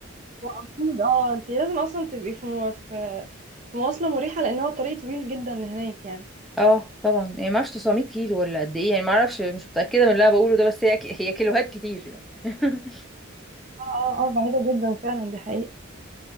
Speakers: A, on the right; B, in the centre.
A: هو أكيد اه انتي لازم أصلا تبقي في مو... في في مواصلة مريحة لأن هو طريق طويل جدا هناك يعني
B: اه طبعا يعني ما اعرفش 900 كيلو ولا قد ايه يعني ما اعرفش مش متاكده من اللي انا بقوله ده بس هي ك-
A: اه
B: هي كيلوهات كتير يعني <laughs>
A: اه اه بعيدة جدا فعلا دي حقيقة